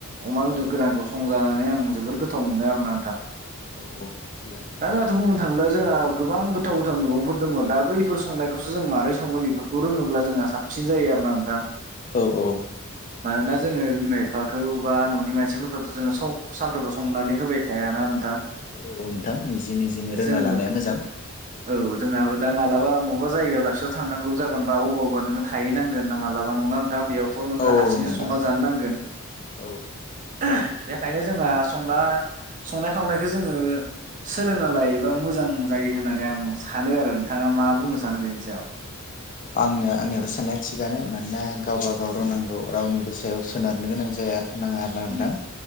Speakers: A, on the right (about 35°); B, on the left (about 35°).
A: अमा बेदर
B: औ
A: गोरानखौ संजानानै आं जोबोर गोथाव मोनो आरोना नोंथां
B: औ औ थिगानो
A: दा जोंहाथ
B: ओ
A: बुंनो
B: नोंथाङा
A: थाङोब्ला जोंहा गोबां गोथाव गोथां मैगंफोर दङ दा बैफोर संनायखौसो जों मारै सङो बेफोरखौ रोङोब्ला जोंहा साबसिन जायो आरोना नोंथां
B: औ औ
A: मानोना जोङो बिमा बिफाखौ बा ननि मानसिफोरखौथ जोङो सानफ्रोमबो संनानै होबाय थायाना नोंथां
B: औ नोंथां निजि निजिनो रोंना
A: जोंबो
B: लानाया मोजां
A: औ जोंहाबो दा मालाबा मबेबा जायगायाव दाबसेयाव थांनांगोन जागोन बा अबावबा थाहैनांगोना मालाबा न ना नोंथां बेयावथ नोङो
B: औ
A: हारसिङैसो
B: औ नोंथां
A: संना जाहैनांगोन जानो नांगोन
B: औ
A: बेखायनो जोङो संना संनाय खावनाय जोङो सोलोंना लायोबा मोजां जायो होननानै आं सानो आरो नोंथाङा मा बुंनो सानो बेनि सायाव
B: आंनो आंनियाबो साननाया थिगानो मानोना गावबा गाव रोंनांगौ रावनिबो सायाव सोनारनो गोनां जाया नाङा आरोना नोंथां
A: ओम